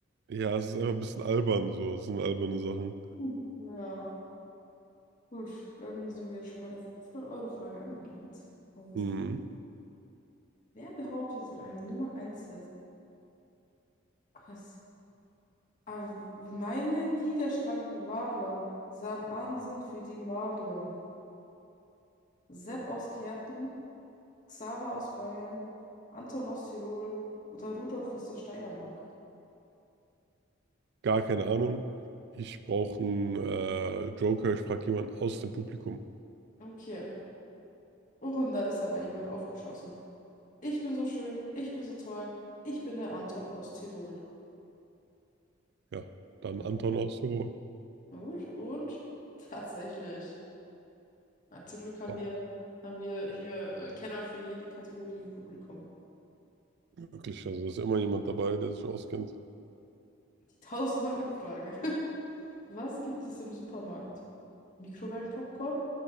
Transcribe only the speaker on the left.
Hm. Ja, gut, dann sind wir jetzt schon bei der 500-Euro-Frage angelangt. Und
die Wer behauptet in einem Nummer Eins hit was? Ah, meine gigaschlanken Wadlern sahen Ahnsinn für die Madlern. Sepp aus Kärnten, Xaver aus Bayern, Anton aus Tirol oder Rudolf aus der Steiermark.
Okay. Oh, und da ist aber jemand aufgeschossen. Ich bin so schön, ich bin so toll, ich bin der Anton aus Tirol.
Mhm.
Na gut, und tatsächlich. Na, zum Glück haben
wir, haben wir hier äh, Kenner für jede Kategorie im Publikum.
1000-Euro-Frage. <laughs> Was gibt es im Supermarkt? Mikrowellenpopcorn,